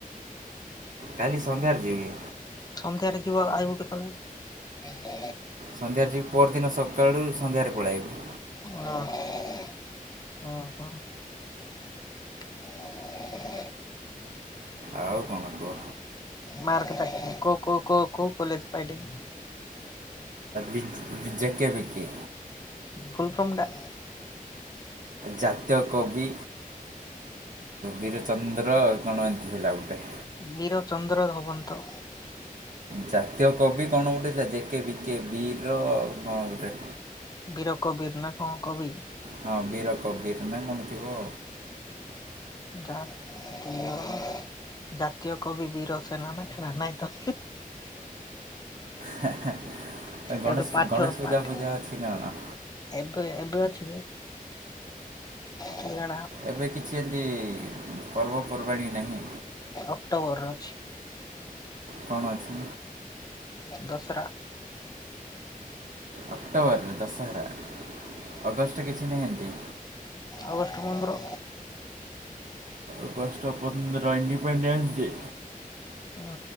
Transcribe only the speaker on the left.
ସନ୍ଧ୍ୟାରେ ଯିବ ଆଇବୁ କେତେବେଳେ।
<unintelligible> ହଁ ହୁଁ <inaudible>
ମାର୍କ ତା କ କ କ କ କଲେଜ ପାଇିଲ।
ଫୁଲ ସ ମୁଣ୍ଡା।
ବୀର ଚନ୍ଦ୍ର ଧବନ୍ତ।
ବୀର କବୀର ନା କଣ କବି।
ଯା <unintelligible> ଜାତୀୟ କବି ବୀର ସେନା ନା ଖଡ ନାଇ ତ?
ଏ ତ ପାଠ
ପାଠ
ଏବେ ଏବେ ଅଛି କିଣ
ଅକ୍ଟୋବର ର ଅଛି।
ଦସରା।
ଆଗଷ୍ଟ ପନ୍ଦର।
ହୁଁ